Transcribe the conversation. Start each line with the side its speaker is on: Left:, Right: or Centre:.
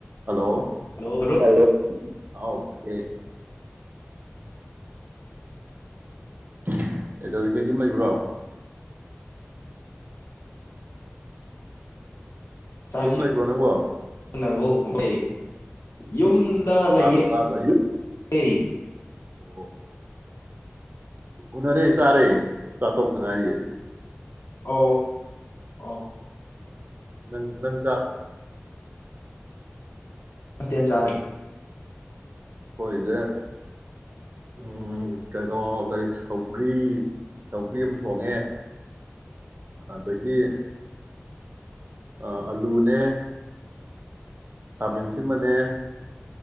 Right: hello
Left: hello ꯃꯔꯨꯞ
Right: hello ꯑꯀꯦ <unintelligible> ꯀꯩꯗꯧꯔꯤ ꯀꯩꯒꯨꯝ ꯂꯩꯕ꯭ꯔꯣ
Left: ꯆꯥꯛ
Right: ꯌꯨꯝ ꯂꯩꯕ꯭ꯔꯣ ꯅꯪꯕꯣ
Left: ꯑꯩꯣꯏ ꯌꯨꯝꯗ ꯂꯩꯌꯦ
Right: ꯇꯥꯗ꯭ꯔꯣ ꯇꯥꯗ꯭ꯔꯣ ꯑꯩ
Left: ꯀ
Right: ꯑꯣ ꯎꯅꯔꯦ ꯆꯥꯔꯦ ꯆꯇꯣꯛꯛꯇ ꯉꯔꯤꯌꯦ
Left: ꯑ ꯑ
Right: ꯅꯪ ꯅꯪ ꯆ
Left: ꯇ ꯆꯂ
Right: ꯑꯩꯈꯣꯏꯁꯦ ꯎ ꯀꯩꯅꯣ ꯀꯔꯤ ꯁꯧꯒ꯭ꯔꯤ ꯁꯒ꯭ꯔꯤ ꯑꯃ ꯊꯣꯡꯉꯦ ꯑꯗꯒꯤ ꯑ ꯑꯂꯨꯅꯦ ꯈꯥꯃꯦꯟ ꯑꯥꯁꯤꯟꯕꯅꯦ